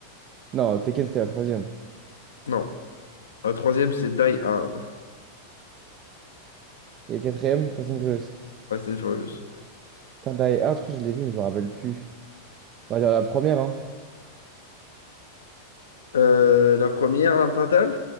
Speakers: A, on the right (about 35°); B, on the left (about 65°).
A: Non, Tekken, c'était la troisième.
B: Non. La troisième, c'est Die Hard,
A: Et la quatrième, Fast and Furious.
B: Fast and Furious.
A: Putain, Die Hard, je crois que je l'ai vu, mais je me rappelle plus. On va dire la première, hein.
B: Euh, la première, l'arme fatale?